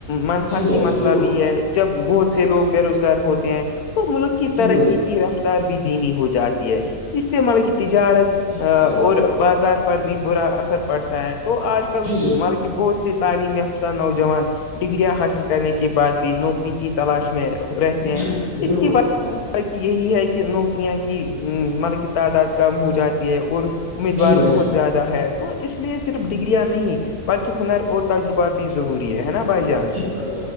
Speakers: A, on the left (about 80°); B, on the right (about 85°).
A: منحاسی
B: جی بھائی
A: مسئلہ
B: جان بالکل
A: بھی
B: صحیح
A: ہے جب بہت سے لوگ
B: کہا
A: بے روزگار ہوتے ہیں تو ملک کی
B: جی
A: ترقی
B: بھائی جان
A: کی رفت بھی دھیمی ہو جاتی ہے اس سے ملے کی تجارت
B: جی
A: اور
B: بھائی جان
A: بازار پر بھی برا اثر پڑتا ہے تو آج کل
B: جی
A: مل
B: بھائی جان
A: بہت سے تعلیم یافتہ نوجوان ڈگریاں حاصل کرنے کے بعد بھی نوکری کی تلاش میں رہتے ہیں
B: جی بھائی جان بالکل
A: اس کی بات
B: ٹھیک ہے آپ
A: تک یہی ہے کہ نوکریاں کی مطلب کی تعداد کم ہو جاتی ہے اور
B: نے۔
A: امیدوار
B: جی بھائی
A: بہت
B: جان
A: زیادہ ہے تو اس لیے صرف ڈگگریاں نہیں بلکہ ہنر اور تجربات بھی ضروری ہے نا بھائی جان
B: اچ